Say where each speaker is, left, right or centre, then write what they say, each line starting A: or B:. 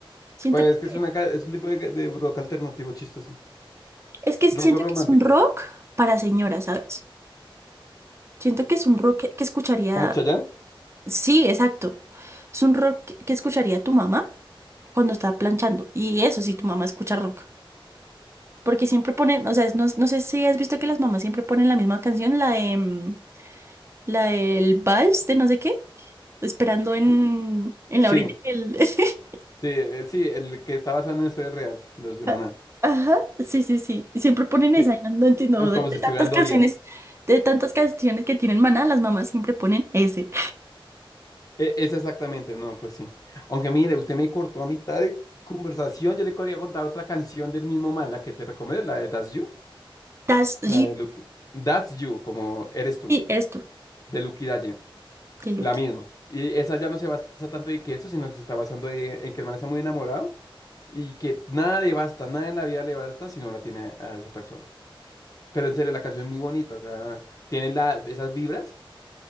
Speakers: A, on the right; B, on the left.
A: Siento
B: pues
A: que,
B: que es, una, ca- es un tipo de, de rock alternativo chistoso.
A: es que siento
B: Rock romántico.
A: que es un rock para señoras, ¿sabes? Siento que es un rock que, que escucharía
B: ¿Como Chayanne?
A: Sí, exacto. Es un rock que que escucharía tu mamá cuando está planchando. Y eso sí, tu mamá escucha rock. Porque siempre ponen, o sea, no, no sé si has visto que las mamás siempre ponen la misma canción, la de mm, la del vals de no sé qué, esperando en,
B: Cu-
A: en
B: Sí.
A: la orilla del- <laughs>
B: Sí, eh, sí, el que está basado en una historia real, los de
A: Ah,
B: Maná.
A: Ajá, sí, sí, sí. Y Siempre ponen esa,
B: Sí,
A: y no, no entiendo. De,
B: como
A: de
B: si estuvieran
A: tantas canciones,
B: dolías.
A: de tantas canciones que tienen Maná, las mamás siempre ponen ese.
B: E- Es exactamente, no, pues sí. Aunque mire, usted me cortó a mitad de conversación, yo le quería contar otra canción del mismo man, la que te recomiendo, la de That's You,
A: That's
B: la
A: you.
B: de Lucky, That's You, como eres tú,
A: Y esto,
B: de Lucky Dalle,
A: que Lucky.
B: la misma. Y esa ya no se basa tanto en que eso, sino que se está basando de- en que el man está muy enamorado y que nada le basta, nada en la vida le basta si no la tiene a esa persona. Pero en serio, la canción es muy bonita, o sea tienen la, esas vibras